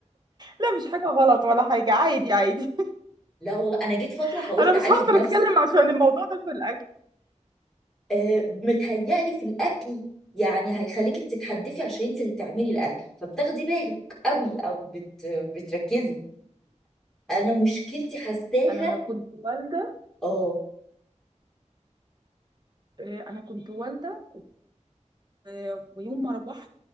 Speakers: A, on the right; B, in the centre.
A: لا مش حاجة غلط ولا حاجة عادي عادي
B: لا والله انا جيت فتره
A: <laughs>
B: حاولت
A: انا
B: اعالج
A: مش هقدر
B: نفسي
A: اتكلم عشان الموضوع ده في الاكل
B: أه متهيألي في الاكل يعني هيخليكي تتحدفي عشان انت اللي بتعملي الاكل فبتاخدي بالك قوي او بت بتركزي انا مشكلتي حساها
A: انا كنت والدة
B: اه
A: إيه، انا كنت والدة آه، ويوم ما روحت